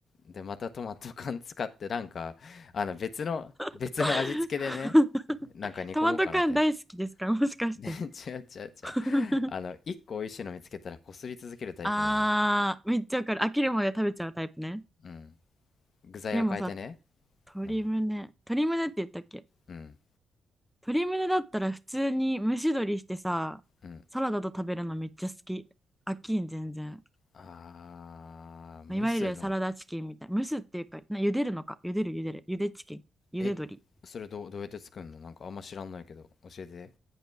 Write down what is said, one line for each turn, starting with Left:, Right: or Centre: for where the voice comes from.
Left: でまたトマト缶使ってなんかあの別の別の味付けでね
Centre: <laughs>
Left: なんか煮込もうかなって
Centre: トマト缶大好きですかもしかして。
Left: で <laughs> 違う違う違う
Centre: <laughs>
Left: あの1個美味しいの見つけたらこすり続けるタイプなんよ
Centre: あー、めっちゃわかる。飽きるまで食べちゃうタイプね。
Left: うん具材は変えてね。
Centre: でもさ、鶏胸。
Left: うん
Centre: 鶏胸って言ったっけ
Left: うん
Centre: 鶏胸だったら普通に蒸し鶏してさ、
Left: うん
Centre: サラダと食べるのめっちゃ好き。飽きん、全然。
Left: あー蒸の
Centre: いわゆるサラダチキンみたいな。蒸すっていうか、な茹でるのか。茹でる、茹でる。茹でチキン。茹で鶏。
Left: えそれどう、どうやって作るのなんかあんま知らんのやけど教えて